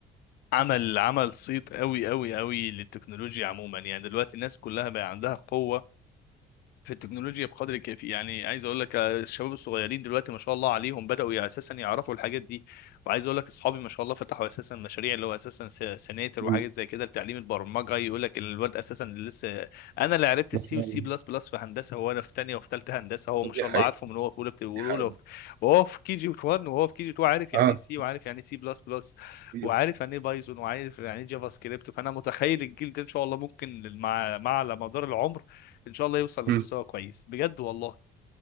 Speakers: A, on the left; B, on the right.
A: عمل عمل صيت قوي قوي قوي للتكنولوجيا عموما يعني دلوقتي الناس كلها بقى عندها قوه في التكنولوجيا بقدر كافي يعني عايز اقول لك آه، الشباب الصغيرين دلوقتي ما شاء الله عليهم بداوا يع- اساسا يعرفوا الحاجات دي وعايز اقول لك اصحابي ما شاء الله فتحوا اساسا مشاريع اللي هو اساسا س- سناتر
B: مم.
A: وحاجات زي كده لتعليم البرمجه يقول لك الواد اساسا اللي لسه انا اللي عرفت
B: ما
A: السي
B: شاء
A: والسي
B: الله.
A: بلس بلس في هندسه وانا في ثانيه وفي ثالثه هندسه هو ما شاء
B: دي حقيقه
A: الله عارفه من هو في اولى بت- واولى
B: دي حقيقه
A: وفي- وهو في كي جي 1 وهو في كي جي 2 عارف يعني
B: اه
A: ايه سي وعارف يعني ايه سي بلس بلس
B: مم.
A: وعارف يعني ايه بايثون وعارف يعني ايه جافا سكريبت فانا متخيل الجيل ده ان شاء الله ممكن مع مع على مدار العمر ان شاء الله يوصل
B: مم.
A: لمستوى كويس بجد والله